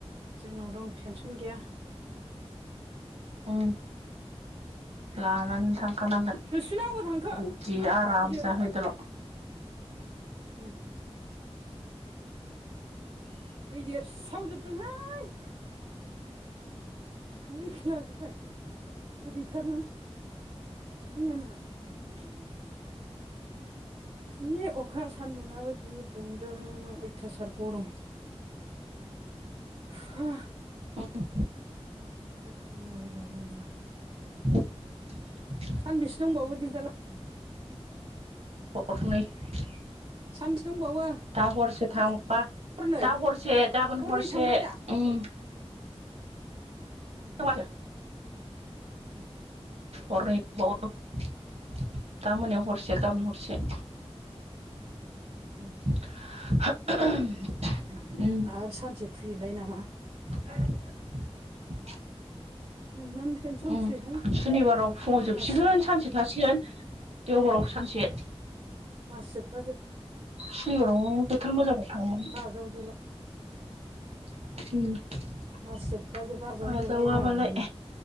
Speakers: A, on the right (about 55°); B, on the right (about 75°).
A: जोंनाव दं टेनसन गैया
B: ओम लानानै थांखानांगोन
A: दुसुना अबाव थांखो
B: बिदि आराम
A: फैदो
B: जाहैदोल'
A: ओम दै देरसोमजोबदोंहाय मनिखौ लाजोबबाय गोदैथारमोन मैयाना <unintelligible> बि <unintelligible> जि अखा सानदुङाबो जि दुंदों अयथासार गरम हा
B: ओम <unintelligible>
A: आय आय आय आय
B: <unintelligible>
A: सानबैसे दंबावो दिंथाला <unintelligible>
B: हरनै <unintelligible>
A: सानबेसे दंबावो
B: दा हरसे थांबा
A: हरनै
B: दा हरसे गाबोन
A: हरनै
B: हरसे
A: थांबाय दा
B: ओम
A: उम
B: दं आरो
A: उम
B: हरनै दा मोनायाव हरसे गाबोन हरसे
A: हरनो दङ <unintelligible>
B: <inaudible>
A: <inaudible>
B: उम
A: आरो सानसे फ्रिलाय नामा
B: <inaudible>
A: <unintelligible>
B: उम
A: फ्रिहाय
B: सुनिबाराव फुङाव जोबसिगोन
A: मास
B: सानसे थासिगोन देव बाराव सानसे
A: मास जोबबा जोब
B: सनिबाराव बोथोर मोजां थारमोन
A: <inaudible>
B: <unintelligible>
A: मास जोबबा जोबबा आजावदोलाय
B: आजावाबालाय
A: आरामनो